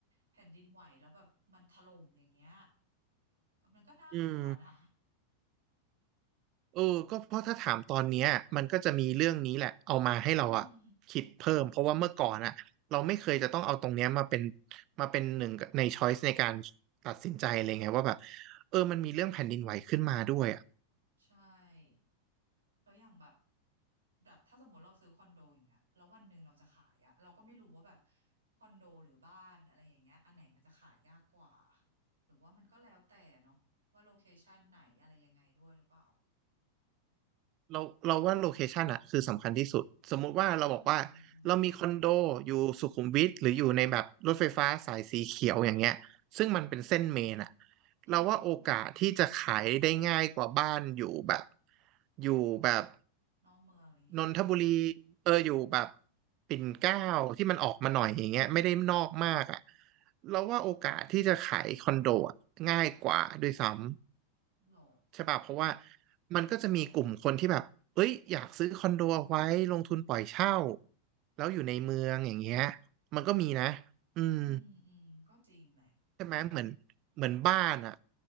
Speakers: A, on the right (about 75°); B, on the right (about 40°).
A: แผ่นดินไหวแล้วแบบมันถล่มอย่างเงี้ยเออมันก็น่ากลัวนะ
B: อืมเออก็เพราะถ้าถามตอนเนี้ยมันก็จะมีเรื่องนี้แหละเอามาให้เราอะคิดเพิ่มเพราะว่าเมื่อก่อนอะเราไม่เคยจะต้องเอาตรงเนี้ยมาเป็น
A: เนาะอืม
B: มาเป็นหนึ่งในช้อยส์ในการตัดสินใจเลยไงว่าแบบ เออมันมีเรื่องแผ่นดินไหวขึ้นมาด้วยอะ
A: ใช่แล้วอย่างแบบแบบถ้าสมมติเราซื้อคอนโดอย่างเงี้ยแล้ววันหนึ่งเราจะขายอะเราก็ไม่รู้ว่าแบบคอนโดหรือบ้านอะไรอย่างเงี้ยอันไหนมันจะขายยากกว่าหรือว่ามันก็แล้วแต่เนาะว่าโลเคชันไหนอะไรยังไงด้วยหรือเปล่า
B: เราเราว่าโลเคชันอะคือสำคัญที่สุดสมมุติว่าเราบอกว่าเรามีคอนโดอยู่สุขุมวิทหรืออยู่ในแบบรถไฟฟ้าสายสีเขียวอย่างเงี้ยซึ่งมันเป็นเส้นเมนอะ
A: อืมอืมอืมอืม
B: เราว่าโอกาสที่จะขายได้ง่ายกว่าบ้านอยู่แบบอยู่แบบ
A: น้องเมืองอะไรอย่างงี้ใช่ไหม
B: นนทบุรีเอออยู่แบบปิ่นเกล้าที่มันออกมาหน่อยอย่างเงี้ยไม่ได้นอกมากอะเราว่าโอกาสที่จะขายคอนโดอะง่ายกว่าด้วยซ้ำ
A: หรอ
B: ใช่ป่ะเพราะว่ามันก็จะมีกลุ่มคนที่แบบเอ้ยอยากซื้อคอนโดเอาไว้ลงทุนปล่อยเช่าแล้วอยู่ในเมืองอย่างเงี้ยมันก็มีนะอืม
A: อืมอืมก็จริงแหละ
B: ใช่ไหมเหมือนเหมือนบ้านอะ